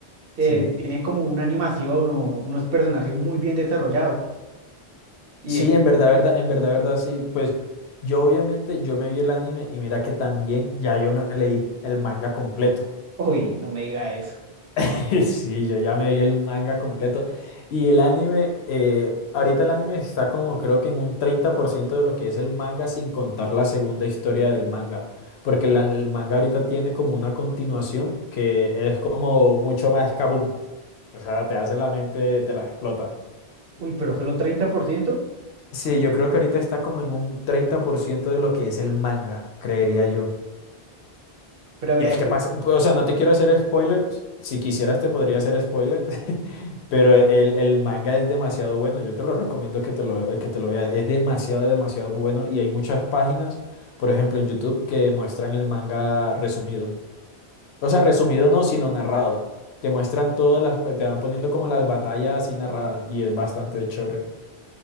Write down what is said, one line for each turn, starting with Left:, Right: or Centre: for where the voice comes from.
Right: eh,
Left: sí.
Right: tiene como una animación o unos personajes muy bien desarrollados. Y
Left: Sí,
Right: eso,
Left: en verdad, verdad, en verdad, verdad, sí. Pues yo obviamente, yo me vi el anime y mira que también ya yo me leí el manga completo.
Right: uy, no me diga eso.
Left: <laughs> Sí, yo ya me vi el manga completo. Y el anime, eh, ahorita el anime está como creo que en un 30% de lo que es el manga sin contar la segunda historia del manga. Porque la- el manga ahorita tiene como una continuación que es como mucho más kaboom. O sea, te hace la mente, te la explota.
Right: Uy, pero solo treinta por ciento
Left: Sí, yo creo que ahorita está como en un 30% de lo que es el manga, creería yo.
Right: Pero vea
Left: Y es
Right: que,
Left: que pasa, pu- o sea, no te quiero hacer spoilers, si quisieras te podría hacer spoilers, <laughs> pero el, el manga es demasiado bueno, yo te lo recomiendo que te lo, que te lo veas, es demasiado, demasiado bueno y hay muchas páginas, por ejemplo, en YouTube que muestran el manga resumido. O sea, resumido no, sino narrado. Te muestran todas las, te van poniendo como las batallas así narradas y es bastante chévere.